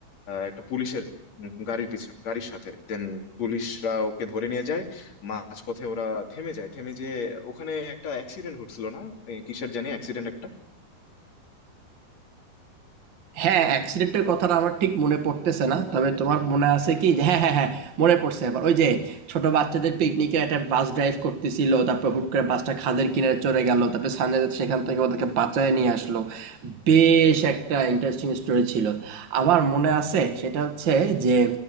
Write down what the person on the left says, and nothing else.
আহ, একটা পুলিশের উম, গাড়ির পিছনে গাড়ির সাথে দেন পুলিশরা ওকে ধরে নিয়ে যায় মাঝপথে ওরা থেমে যায় থেমে যে ওখানে একটা অ্যাক্সিডেন্ট ঘটছিল না এ, কিসের জানি অ্যাক্সিডেন্ট একটা